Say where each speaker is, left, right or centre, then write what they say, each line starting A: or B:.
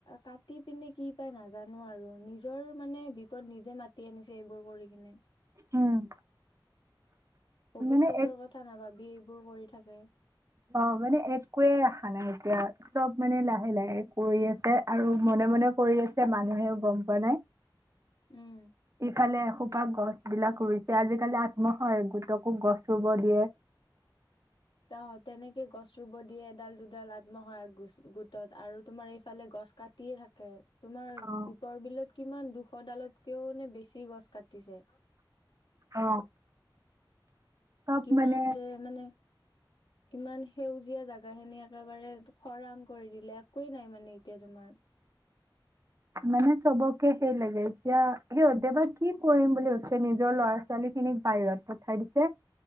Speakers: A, on the left; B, on the right.
A: কাটি পিনে কি পায় নাজানো আৰু নিজৰ মানে বিপদ নিজে মাতি আনিছে এইবোৰ কৰি কিনে
B: উম
A: ভৱিষ্যতৰ
B: মানে এক
A: কথা নাভাবি এইবোৰ কৰি থাকে
B: অ মানে একোৱে ৰখা নাই এতিয়া চব মানে লাহে লাহে কৰি আছে আৰু মনে মনে কৰি আছে মানুহেও গম পোৱা নাই
A: উম
B: এইফালে খোপা গছ বিলাক ৰুইছে আজিকালি আত্মসহায়খ গোটকো গছ ৰুব দিয়ে
A: অ তেনেকে গছ ৰুব দিয়ে এডাল দুডাল আত্মসহায়ক গোটক আৰু তোমাৰ এইফালে গছ কাটিয়ে থাকে তোমাৰ
B: অ
A: দীপৰ বিলত কিমান দুশ ডালতকেও নে বেছি গছ কাটিছে
B: অ চব
A: কিমান
B: মানে
A: যে মানে কিমান সেউজীয়া জাগা খিনি একেবাৰে খৰাং কৰি দিলে একোৱেই নাই মানে এতিয়া তোমাৰ
B: মানে চবকে সেই লাগে এতিয়া সিহঁতে বা কি কৰিম বুলি ভাবছে নিজৰ লৰা ছোৱালীখিনিক বাহিৰত পঠাই দিছে